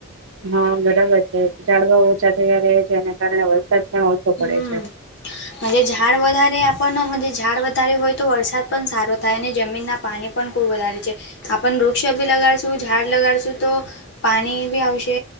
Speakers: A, on the right (about 70°); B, on the left (about 55°).
A: હા, બરાબર છે ઝાડવા ઓછા થયા રહ છે, એના કારણે વરસાદ પણ ઓછો
B: હમ્મ
A: પડે છે
B: ઝાડ વધારે આપણનો ઝાડ વધારે હોય, તો વરસાદ પણ સારો થાય અને જમીનના પાણી પણ ખૂબ વધારે છે આપણ વૃક્ષો બી લગાડશું ઝાડ લગાડશું તો. પાણી બી આવશે